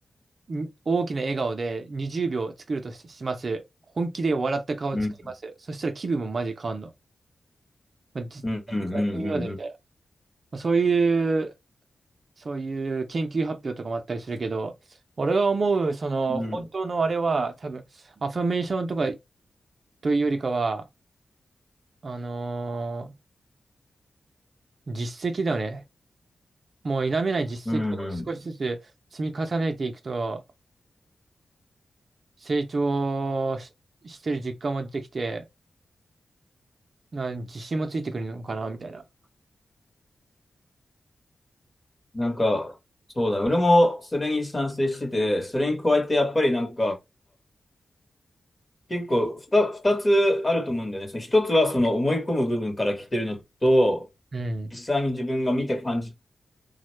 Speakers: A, on the right; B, on the left.
A: ん大きな笑顔で20秒作るとし、します。本気で笑った顔を作ります。
B: うん、
A: そしたら気分もマジ変わんの。まあ、実際にやってみようぜみたいな。
B: うん、うん、うん、
A: まあ、そういう、そういう研究発表とかもあったりするけど、俺が思う、その、
B: うん、
A: 本当のあれは、
B: うん、
A: 多分、アファメーションとかというよりかは、あのー実績だよね。もう否めない実績を少しずつ積み重ねていくと、
B: うん、うん、うん
A: 成長し、してる実感も出てきて、な、自信もついてくるのかな、みたいな。
B: なんか、そうだ、俺もそれに賛成してて、それに加えてやっぱりなんか、結構ふた、二つあると思うんだよね。その一つはその思い込む部分から来てるのと、
A: うん。
B: 実際に自分が見て感じ、